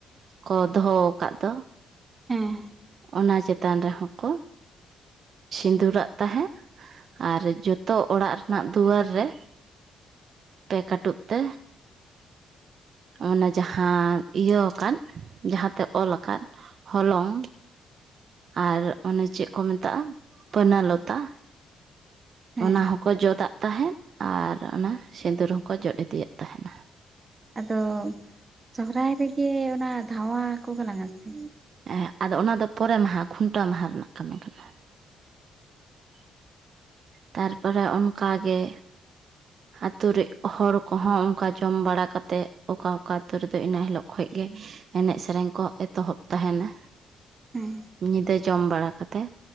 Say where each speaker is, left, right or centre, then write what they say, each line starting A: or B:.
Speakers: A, on the right; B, on the right.
A: ᱠᱚ ᱫᱚᱦᱚᱣ ᱠᱟᱫ ᱫᱚ
B: ᱦᱮᱸ
A: ᱚᱱᱟ ᱪᱮᱛᱟᱱ ᱨᱮᱦᱚᱸ ᱠᱚ ᱥᱤᱸᱫᱩᱨᱟᱫ ᱛᱟᱦᱮᱫ ᱟᱨ ᱡᱚᱛᱚ ᱚᱲᱟᱜ ᱨᱮᱱᱟᱜ ᱫᱩᱣᱟᱹᱨ ᱨᱮ ᱯᱮ ᱠᱟᱴᱩᱵ ᱛᱮ ᱢᱟᱱᱮ ᱡᱟᱦᱟᱸ ᱤᱭᱟᱹᱣ ᱟᱠᱟᱫ ᱡᱟᱦᱟᱸᱛᱮ ᱚᱞ ᱟᱠᱟᱫ ᱦᱚᱞᱚᱝ ᱟᱨ ᱚᱱᱮ ᱪᱮᱫ ᱠᱚ ᱢᱮᱛᱟᱜᱼᱟ ᱯᱟᱹᱱᱟ ᱞᱚᱛᱟ᱾
B: ᱦᱮᱸ
A: ᱚᱱᱟ ᱦᱚᱸᱠᱚ ᱡᱚᱫᱟᱜ ᱛᱟᱦᱮᱸᱫ ᱟᱨ ᱚᱱᱟ ᱥᱤᱸᱫᱩᱨ ᱦᱚᱠᱚ ᱡᱚᱫ ᱤᱫᱤᱭᱮᱫ ᱛᱟᱦᱮᱱᱟ᱾
B: ᱟᱫᱚ ᱥᱚᱦᱚᱨᱟᱭ ᱨᱮᱜᱮ ᱚᱱᱟ ᱫᱷᱟᱶᱟ ᱠᱚ ᱜᱟᱞᱟᱝᱟ ᱥᱮ᱾
A: ᱮᱦᱮᱸᱜ ᱟᱫᱚ ᱚᱱᱟ ᱫᱚ ᱯᱚᱨᱮ ᱢᱟᱦᱟ ᱠᱷᱩᱱᱴᱟᱹᱣ ᱢᱟᱦᱟ ᱨᱮᱱᱟᱜ ᱠᱟᱹᱢᱤ ᱠᱟᱱᱟ᱾ ᱛᱟᱨᱯᱚᱨᱮ ᱚᱱᱠᱟᱜᱮ ᱟᱛᱩ ᱨᱮᱡ ᱦᱚᱲ ᱠᱚᱦᱚᱸ ᱚᱱᱠᱟ ᱡᱚᱢ ᱵᱟᱲᱟ ᱠᱟᱛᱮᱫ ᱚᱠᱟ ᱚᱠᱟ ᱟᱛᱩ ᱨᱮᱫᱚ ᱤᱱᱟᱹ ᱦᱤᱞᱳᱜ ᱠᱷᱚᱡ ᱜᱮ ᱮᱱᱮᱡ ᱥᱮᱨᱮᱧ ᱠᱚ ᱮᱛᱚᱦᱚᱵ ᱛᱟᱦᱮᱱᱟ᱾
B: ᱦᱮᱸ
A: ᱧᱤᱫᱟᱹ ᱡᱚᱢ ᱵᱟᱲᱟ ᱠᱟᱛᱮᱜ